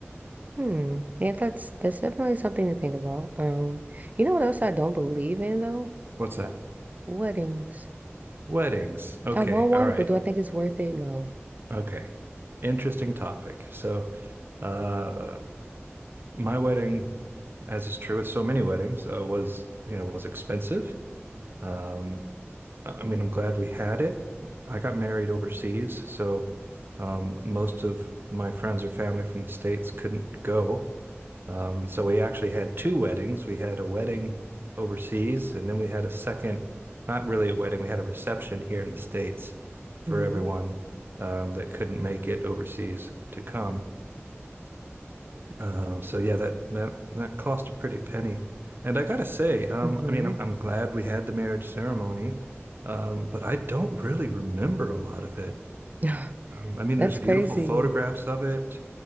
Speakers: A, on the right; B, on the right.
A: Hmm. Yeah, that's that's definitely something to think about. Um, you know what else I don't believe in though?
B: What's that?
A: Weddings.
B: Weddings. Okay,
A: I want one,
B: all right.
A: but do I think it's worth it? No.
B: Okay. Interesting topic. So, uh, my wedding, as is true with so many weddings, uh, was, you know, was expensive. Um, I I mean, I'm glad we had it. I got married overseas, so um, most of my friends or family from the States couldn't go. Um, so we actually had two weddings. We had a wedding overseas, and then we had a second, not really a wedding, we had a reception here in the States for
A: hmm
B: everyone um, that couldn't make it overseas to come. Uh, so yeah, that that that cost a pretty penny. And I gotta say, um,
A: Mm-hmm.
B: I mean, I'm, I'm glad we had the marriage ceremony, um, but I don't really remember a lot of it.
A: <sighs> <laughs>
B: Um, I mean,
A: That's
B: there's beautiful
A: crazy.
B: photographs of it,